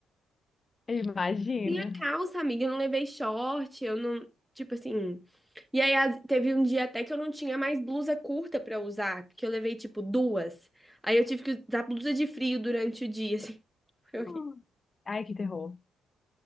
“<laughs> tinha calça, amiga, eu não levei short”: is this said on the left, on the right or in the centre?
Centre